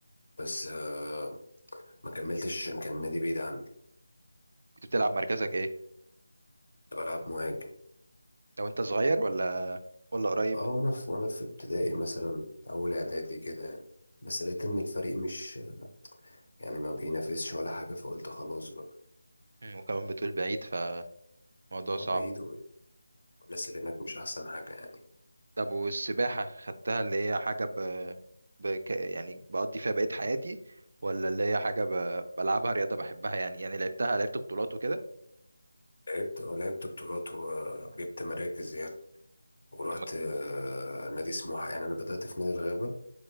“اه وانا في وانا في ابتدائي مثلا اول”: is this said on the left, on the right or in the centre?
Left